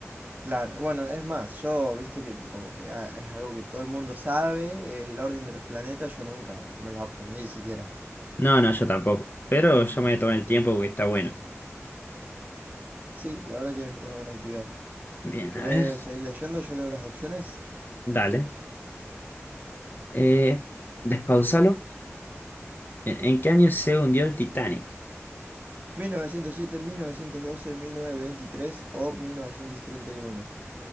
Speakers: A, on the right; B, on the left.
A: Claro, bueno, es más, yo, viste que como que ah, es algo que todo el mundo sabe, el orden de los planetas, yo nunca me los aprendí siquiera.
B: No, no, yo tampoco, pero yo me voy a tomar el tiempo porque está bueno.
A: Sí, la verdad que es una buena actividad.
B: Bien,
A: ¿Querés
B: a ver,
A: seguir leyendo? Yo leo las opciones.
B: dale. Eh, despausalo. ¿En, en qué año se hundió el Titanic?
A: 1907, 1912, 1923 o 1931.